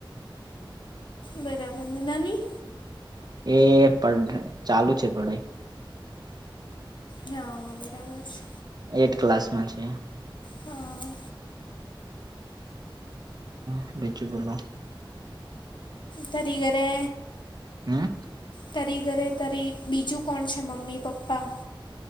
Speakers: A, on the left (about 60°); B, on the right (about 50°).
A: બરાબર ને નાની
B: એ પ ચાલુ છે પઢાઈ
A: હા બરાબર છે.
B: એટ ક્લાસમાં છે.
A: હા
B: હ બીજું બોલોલો
A: તરી ઘરે
B: હમ
A: તરી ઘરે તરી બીજું કોણ છે મમ્મી પપ્પા